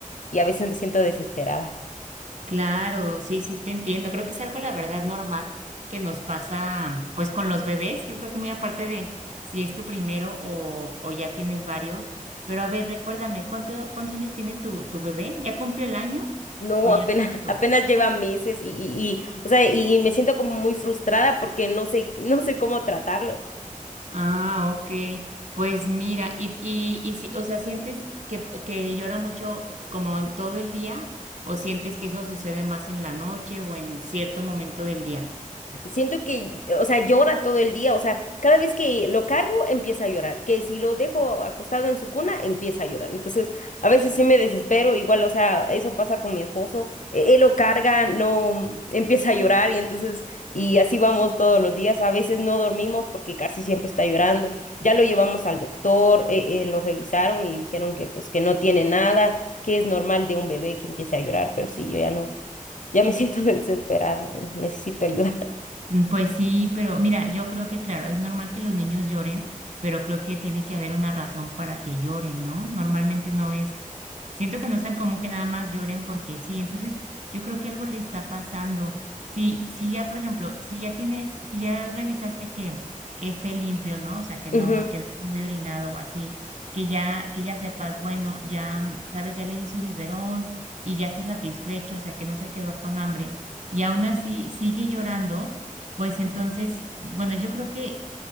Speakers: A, on the left; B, on the right.
A: y a veces me siento desesperada.
B: Claro, sí, sí, te entiendo. Creo que es algo, la verdad, normal que nos pasa, pues, con los bebés. Yo creo que muy aparte de si es tu primero o, o ya tienes varios. Pero a ver, recuérdame, ¿cuánto, cuántos años tiene tu, tu bebé? ¿Ya cumplió el año
A: No,
B: o ya?
A: apenas,
B: no?
A: <laughs> apenas lleva meses y, y, y, o sea, y, y me siento como muy frustrada porque no sé, no sé cómo tratarlo.
B: Ah, ok. Pues mira, y, y, y si, o sea, ¿sientes que, que llora mucho como en todo el día o sientes que eso sucede más en la noche o en cierto momento del día?
A: Siento que, o sea, llora todo el día, o sea, cada vez que lo cargo empieza a llorar, que si lo dejo acostado en su cuna empieza a llorar. Entonces, a veces sí me desespero, igual, o sea, eso pasa con mi esposo, e- él lo carga, no empieza a llorar y entonces, y así vamos todos los días. A veces no dormimos porque casi siempre está llorando. Ya lo llevamos al doctor, eh, eh, lo revisaron y dijeron que pues que no tiene nada, que es normal de un bebé que empiece a llorar, pero sí, yo ya no, ya me <laughs> siento desesperada, y necesito ayuda.
B: Mm, Pues sí, pero mira, yo creo que claro, es normal que los niños lloren, pero creo que tiene que haber una razón para que lloren, ¿no? Normalmente no es, siento que no es tan común que nada más lloren porque sí, entonces yo creo que algo le está pasando. Si, si ya, por ejemplo, si ya tienes, si ya revisaste que, que esté limpio, ¿no? O sea, que
A: Ujú,
B: no, que no esté muy orinado o así, que ya, que ya sepas, bueno, ya, mm, sabes, ya le di su biberón y ya está satisfecho, o sea, que no se quedó con hambre y aún así sigue llorando. Pues entonces, bueno, yo creo que